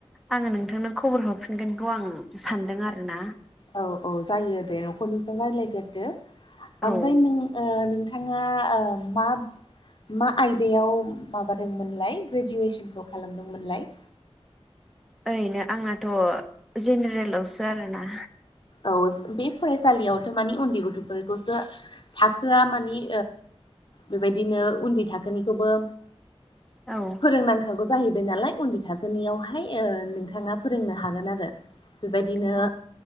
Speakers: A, in the centre; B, on the left.
A: आङो नोंथांनो खबर हरफिनगोनखौ आं सानदों आरो ना।
B: औ औ जायो दे न'खरनिजों रायज्लायग्रदो
A: औ
B: आमफ्राय नों। ओ नोंथाङा ओ मा। मा आयदायाव माबादोंमोनलाय ग्रेजुवेसनखौ खालामदोंमोनलाय
A: ओरैनो आंनाथ' जेनेरेलावसो आरोना।
B: औ बे फरायसालियावथ' मानिे उन्दै गथ'फोरखौसो थाखोआ मानि बेबायदिनो उन्दै थाखोनिखौबो
A: औ।
B: फोरोंनांखागौ जाहैबाय नालाय उन्दै थाखोनियावहाय ओ नोंथाङा फोरोंनो हागोन आरो। बेबायदिनो
A: अ